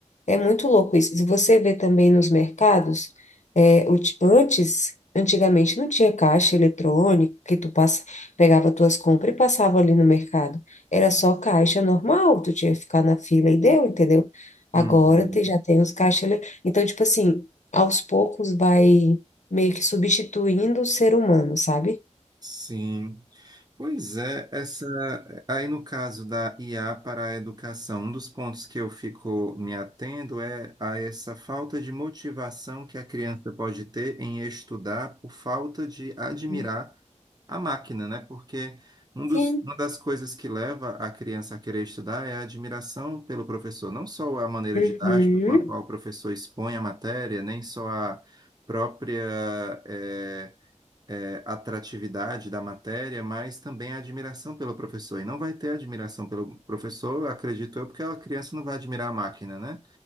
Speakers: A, on the left; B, on the right.
A: é muito louco isso. Se você vê também nos mercados, é, o ti- antes, antigamente não tinha caixa eletrônico que tu passa, pegava tuas compras e passava ali no mercado. Era só caixa normal, tu tinha que ficar na fila e deu, entendeu? Agora
B: Uhum.
A: te já tem os caixas. ele- Então, tipo assim, aos poucos vai meio que substituindo o ser humano, sabe?
B: Sim. Pois é, essa aí no caso da IA para a educação, um dos pontos que eu fico me atendo é a essa falta de motivação que a criança pode ter em estudar por falta de admirar
A: Hum.
B: a máquina, né? Porque um
A: Sim.
B: dos, uma das coisas que leva a criança a querer estudar é a admiração pelo professor, não só a maneira
A: Uhum.
B: didática com a qual o professor expõe a matéria, nem só a própria, eh, é, atratividade da matéria, mas também a admiração pelo professor. E não vai ter admiração pelo professor, acredito eu, porque a criança não vai admirar a máquina, né?